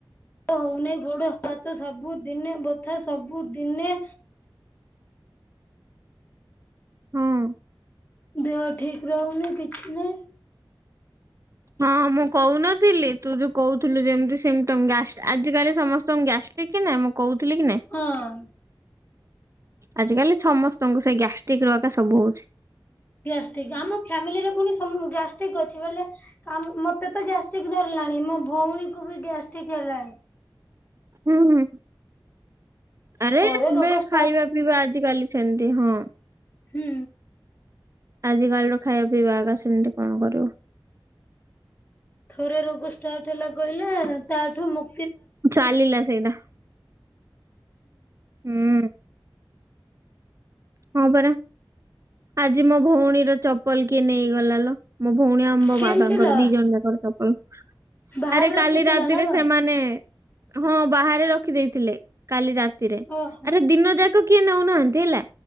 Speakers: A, on the left; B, on the right.
A: ହଉନି ଗୋଡ ହାତ ସବୁଦିନେ ବଥା ସବୁ ଦିନେ।
B: ହଁ।
A: ଦେହ ଠିକ ରହୁନି କିଛି ନାହିଁ।
B: ହଁ ମୁଁ କହୁନଥିଲି ତୁ ଯୋଉ କହୁଥୁଲୁ ଯେମିତି ସିମଟମ ଗ୍ୟାଷ୍ଟ ଆଜିକାଲି ସମସ୍ତଙ୍କ ଗ୍ୟାଷ୍ଟ ଟିକି ନାଇଁ ମୁଁ କହୁଥିଲି କି ନାଇଁ।
A: ହଁ।
B: ଆଜ କାଲି ସମସ୍ତଙ୍କୁ ସେଇ ଗ୍ୟାଷ୍ଟିକ ରଟା ସବୁ ହଉଛି।
A: ଗ୍ୟାଷ୍ଟିକ ଆମ ଫ୍ୟାମିଲିରେ ପୁଣି ସମ ଗ୍ୟାଷ୍ଟ୍ରିକ୍ ଅଛି ବୋଲେ ସମ ମତେ ତ ଗ୍ୟାଷ୍ଟିକ ଧରିଲାଣି ମୋ ଭଉଣୀକୁ ବି ଗ୍ୟାଷ୍ଟିକ ହେଲାଣି।
B: ହୁଁ। ଆରେ
A: ଥରେ
B: ଏବେ
A: ରୋଗ ଷ୍ଟାର୍ଟ
B: ଖାଇବା ପିଇବା ଆଜିକାଲି ସେମିତି ହଁ।
A: ହୁଁ।
B: ଆଜିକାଲି ର ଖାଇବା ପିଇବା ଆଗ ସେମିତି କଣ କରିବୁ।
A: ଥରେ ରୋଗ ଷ୍ଟାର୍ଟ ହେଲା କହିଲେ ତାଠୁ ମୁ
B: ଚାଲିଲା ସେଇଟା ହୁଁ। ହଁ ପରା ଆଜି ମୋ ଭଉଣୀର ଚପଲ କିଏ ନେଇଗଲା ଲ ମୋ ଭଉଣୀ ଆମ ମୋ
A: କେମିତିଲ
B: ବାବାଙ୍କର ଦି ଜଣ ଯାକର ଚପଲ
A: ବାହାରେ
B: ଆରେ
A: ରଖିଥିଲ
B: କାଲି ରାତିରେ
A: ନା କଣ
B: ସେମାନେ ହଁ ବାହାରେ ରଖିଦେଇଥିଲେ କାଲି ରାତିରେ
A: ଓହୋ
B: ଆରେ ଦିନ ଯାକ କିଏ ନୋଉ ନାହାନ୍ତି ହେଲା